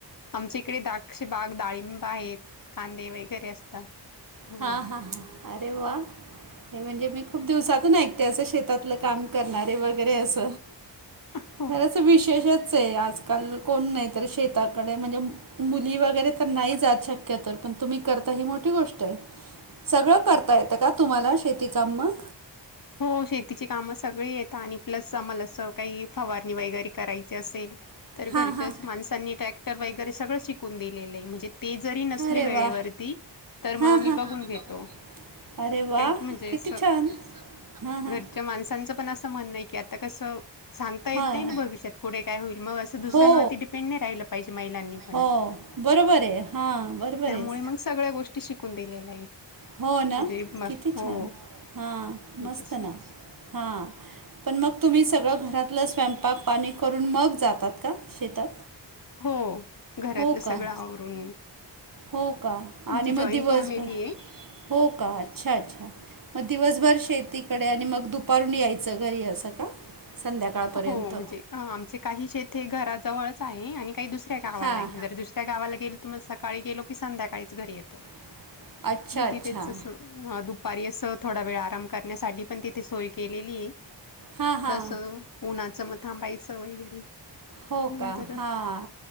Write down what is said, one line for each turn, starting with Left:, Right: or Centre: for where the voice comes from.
Left: आमच्या इकडे द्राक्ष बाग, डाळिंब आहेत, कांदे वगैरे असतात. हो.
Right: हां हां अरे वा. नाही म्हणजे मी खूप दिवसातून ऐकते अस शेतातल काम करणारे वगैरे अस.
Left: <inaudible>
Right: खरच विशेषच आहे आजकाल कोण नाही तर शेताकडे म्हणजे मुली वगैरे तर नाही जात शक्यतो पण तुम्ही करता ही मोठी गोष्ट आहे. सगळ करता येत का तुम्हाला शेती काम मग?
Left: हो शेतीची काम सगळी येता आणि प्लस आम्हाला अस काही फवारणी वगैरे करायची असेल तर घरच्याच
Right: हां हां.
Left: माणसांनी ट्रॅक्टर वगैरे सगळ शिकून दिलेल आहे. म्हणजे ती जरी नसले
Right: अरे
Left: वेळेवरती
Right: वा!
Left: तर मग
Right: हां
Left: आम्ही
Right: हां.
Left: बघून घेतो.
Right: घेतो. अरे वा!
Left: त्याच की म्हणजे
Right: किती
Left: अस
Right: छान. म्हणजे हां
Left: घरच्या
Right: हां.
Left: माणसांच पण अस म्हणण की आता तर कस सांगता येत
Right: हां.
Left: नाही ना भविष्यात पुढे काय होईल मग अस दुसऱ्यांवरती
Right: हो.
Left: डिपेंड नाही राहिल पाहिजे महिलांनी पण
Right: हो बरोबर आहे हा बरोबर
Left: त्यामुळे
Right: आहेस.
Left: मग सगळ्या गोष्टी शिकून दिलेल्या आहे
Right: हो ना
Left: म्हणजे मग
Right: किती
Left: हो.
Right: छान हां
Left: म्हणजे
Right: मस्त
Left: असं
Right: ना हां. पण मग तुम्ही सगळं घरातलं स्वयंपाक पाणी करून मग जातात का शेतात?
Left: हो घरातलं
Right: हो
Left: सगळं
Right: का
Left: आवरून.
Right: हो का
Left: आमची
Right: आणि मग
Left: जॉईंट
Right: दिवसभर
Left: फॅमिली आहे
Right: हो का अच्छा अच्छा. म दिवसभर शेतीकडे आणि मग दुपारून यायचं घरी असं का? संध्याकाळपर्यंत
Left: हो म्हणजे आमचे काही शेती घरा जवळच आहे आणि काही दुसऱ्या काहवाल
Right: हां
Left: नाही जर दुसऱ्या गावाला गेलो तर म सकाळी गेलो की संध्याकाळीच घरी येतो.
Right: येतो अच्छा
Left: म
Right: अच्छा
Left: तिथेच असं हा दुपारी असं थोडा वेळ आराम करण्यासाठी पण तिथे सोय केलेली आहे.
Right: हा हा.
Left: तर उन्हाचं मग थांबायचं वगैरे
Right: हो
Left: नंतर
Right: का हां